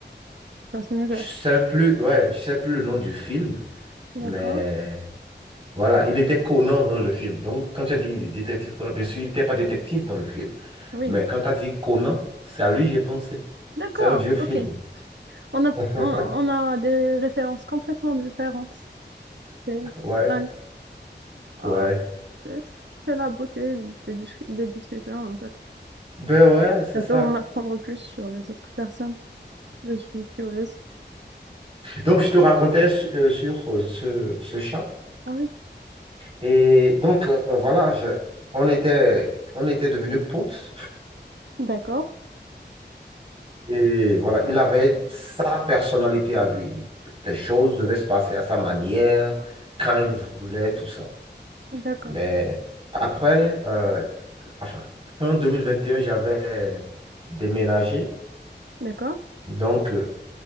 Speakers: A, on the right; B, on the right.
A: Schwarzenegger.
B: Je sais plus, ouais, je sais plus le nom du film,
A: D'accord.
B: mais voilà, il était Conan dans le film. Donc, quand tu as dit détective Conan, bien sûr, il n'était pas détective dans le film,
A: Oui.
B: mais quand tu as dit Conan, c'est à lui que j'ai pensé.
A: D'accord.
B: C'est un vieux film.
A: Ok. On a,
B: <laughs>
A: on, on a des références complètement différentes. C'est
B: Ouais,
A: c'est dingue. Ah,
B: ouais.
A: c'est c'est la beauté des, dis- des discussions, en fait.
B: Ben ouais, c'est
A: J'adore
B: ça.
A: en apprendre plus sur les autres personnes. Je suis curieuse.
B: Donc, je te racontais su- euh, sur euh, ce, ce chat.
A: Ah oui.
B: Et donc, euh, euh, voilà, je- on était, on était devenus potes.
A: D'accord,
B: Et voilà, il avait sa personnalité à lui. Les choses devaient se passer à sa manière, quand il voulait, tout ça.
A: D'accord,
B: Mais après, euh, enfin, fin 2021, j'avais déménagé.
A: d'accord.
B: Donc, euh,